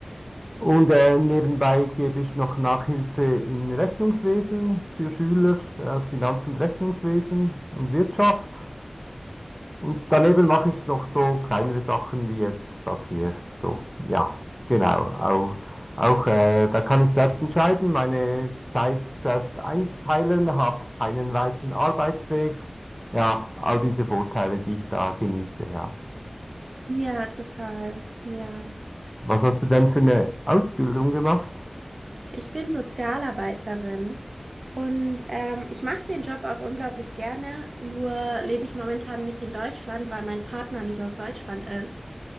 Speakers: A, in the centre; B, on the right.
A: Und äh, nebenbei gebe ich noch Nachhilfe in Rechnungswesen für Schüler, äh, Finanz- und Rechnungswesen und Wirtschaft. Und daneben mache ich noch so kleinere Sachen wie jetzt das hier. So, ja, genau. Auch, auch äh, da kann ich selbst entscheiden, meine Zeit selbst einteilen, habe einen weiten Arbeitsweg. Ja, all diese Vorteile, die ich da genieße, ja.
B: Ja, total. Ja.
A: Was hast du denn für eine Ausbildung gemacht?
B: Ich bin Sozialarbeiterin und ähm, ich mache den Job auch unglaublich gerne, nur lebe ich momentan nicht in Deutschland, weil mein Partner nicht aus Deutschland ist